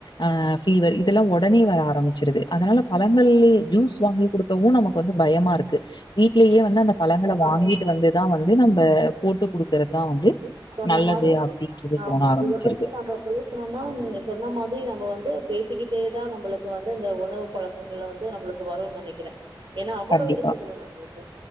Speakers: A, on the left; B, on the right.
A: ஆஹ் பஃபீவர் ல்லாம் உடனே வர ஆரம்பிச்சிருது அதனால வெளிய ஜூஸ் வாங்கி குடுக்கவும் நமக்கு வந்து பயமா இருக்கு வீட்லேயே வந்து அந்த பழங்களை
B: ஆமா
A: வாங்கிட்டு வந்துதான் வந்து நம்ம போட்டு குடுக்கறதுதான் வந்து
B: சொன்ன
A: நல்லது
B: மாதிரி
A: அப்படின்றது
B: ஆமா
A: தோண ஆரம்பிச்சிருது
B: இத பத்தி நம்ம பேசணும்னா நீங்க சொன்ன மாதிரி நம்ம வந்து பேசிக்கிட்டே தான் நம்மளுக்கு வந்து இந்த உணவு பழக்கங்கள்ளை வந்து நம்மளுக்கு வரும்னு நினைக்கிறேன் ஏன்னா அவ்வளவு
A: கண்டிப்பா,
B: இருக்கு இதுல்ல நம்மளுக்கு